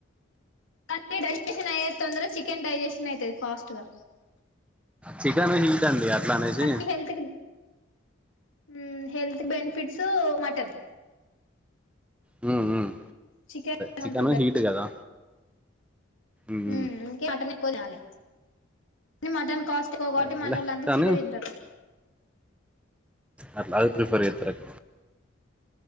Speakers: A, on the left; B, in the centre.
A: కానీ డైజెషన్ అయేది తొందరగా, చికెన్ డైజెషన్ అయితది ఫాస్ట్ గా,
B: చికెన్ హీట్ అండి అట్లా అనేసి
A: కానీ హెల్త్ కి బ్ హుమ్, హెల్త్ బెనిఫిట్స్ మటన్.
B: ఉమ్ ఉమ్,
A: చికెన్
B: చికెను
A: అంత
B: హీట్ కదా. మ్మ్
A: ఉమ్, అందుకే మటన్ ఎక్కువ తినాలి మటన్ కాస్ట్ ఎక్కువ కోబట్టి,
B: అదేలే
A: మనల్లొంత
B: కానీ
A: చికెన్ తింటారు.
B: అట్లా అది ప్రిఫర్ చేత్తారు. ఎక్